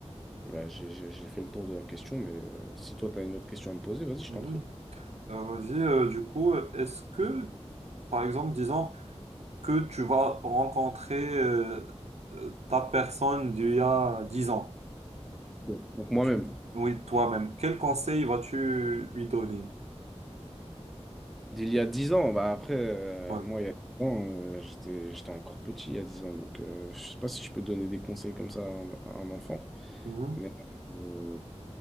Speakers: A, in the centre; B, on the right.
A: Bah, j'ai j'ai- j'ai fait le tour de la question, mais euh, si toi, tu as une autre question à me poser, vas-y, je
B: Mhm.
A: t'en prie.
B: Euh, vas-y, euh, du coup, euh, est-ce que, par exemple, disons que tu vas rencontrer euh, euh, ta personne d'il y a dix ans,
A: Bon. Donc moi-même,
B: Tu- oui, toi-même, quel conseil vas-tu lui donner?
A: d'il y a dix ans, bah après, euh,
B: Ouais.
A: moi, il y a 10 ans, euh, j'étais, j'étais encore petit, il y a 10 ans. Donc euh, je sais pas si je peux donner des conseils comme ça à un, à un enfant,
B: Mhm.
A: mais euh,